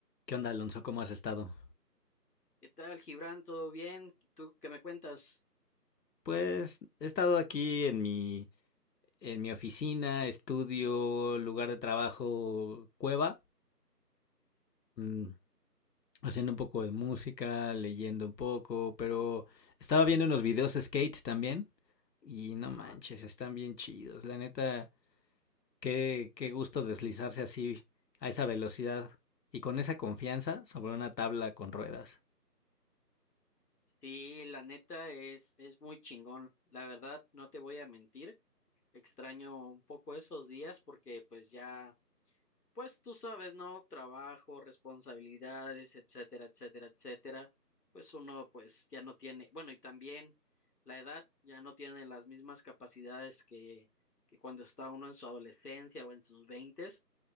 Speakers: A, on the left; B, on the left.
A: ¿Qué onda, Alonso? ¿Cómo has estado?
B: ¿Qué tal, Gibran? ¿Todo bien? ¿Tú qué me cuentas?
A: Pues he estado aquí en mi, en mi oficina, estudio, lugar de trabajo, cueva, Mm, haciendo un poco de música, leyendo un poco, pero estaba viendo unos videos de skate también y no
B: Ajá.
A: manches, están bien chidos. La neta, qué, qué gusto deslizarse así a esa velocidad y con esa confianza sobre una tabla con ruedas.
B: Sí, la neta es, es muy chingón. La verdad, no te voy a mentir. Extraño un poco esos días porque pues ya Pues tú sabes, ¿no? Trabajo, responsabilidades, etcétera, etcétera, etcétera. Pues uno pues ya no tiene, bueno, y también la edad ya no tiene las mismas capacidades que, que cuando está uno en su adolescencia o en sus veintes,